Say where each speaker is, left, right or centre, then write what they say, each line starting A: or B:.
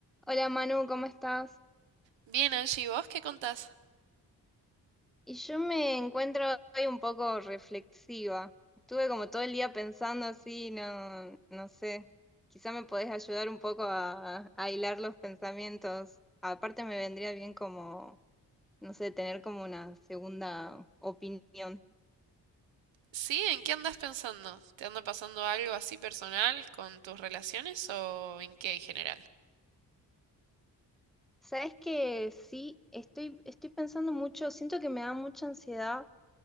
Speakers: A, in the centre; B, on the right.
A: Hola Manu, ¿cómo estás?
B: Bien, Angie, ¿y vos qué contás?
A: Y yo me encuentro hoy un poco reflexiva. Estuve como todo el día pensando así, no, no sé. Quizá me podés ayudar un poco a, a hilar los pensamientos. Aparte me vendría bien como, no sé, tener como una segunda opinión.
B: Sí, ¿en qué andás pensando? ¿Te anda pasando algo así personal con tus relaciones o en qué en general?
A: Sabes que sí, estoy, estoy pensando mucho, siento que me da mucha ansiedad